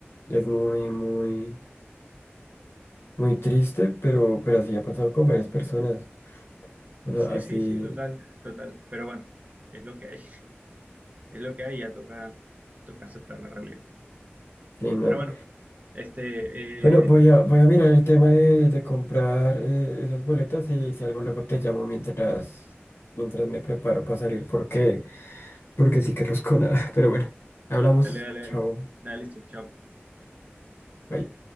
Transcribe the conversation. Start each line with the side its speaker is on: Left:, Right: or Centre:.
Left: es muy, muy. Muy triste, pero, pero así ha pasado con varias personas. O sea,
Right: Sí,
Left: así,
Right: sí, sí, total, total. Pero bueno, es lo que hay. Es lo que hay, ya toca, toca aceptar la realidad.
Left: sí, no.
Right: Pero bueno, este,
Left: Bueno, voy
Right: eh,
Left: a, voy a mirar el tema de, de comprar eh, esas boletas y si algo luego te llamo mientras, mientras me preparo para salir, porque, porque sí que rosco nada. <laughs> Pero bueno, hablamos.
Right: dale, dale, dale.
Left: Chao.
Right: Dale, listo, chao.
Left: bye